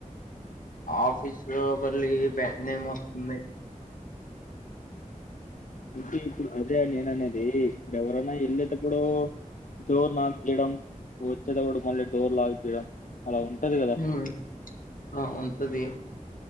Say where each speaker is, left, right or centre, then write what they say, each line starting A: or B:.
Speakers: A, on the left; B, on the left.
A: ఆఫీస్ లో మళ్లి బ్యాడ్ నేమ్ వస్తుంది
B: ఇది ఇప్పుడు అదే నేన అనేది ఎవరైనా వెళ్ళేటప్పుడు డోర్ లాక్ చేయడం వచ్చేటప్పుడు మళ్ళీ డోర్ లాక్ చేయడం అలా ఉంటది కదా
A: ఉమ్ ఆ ఉంటది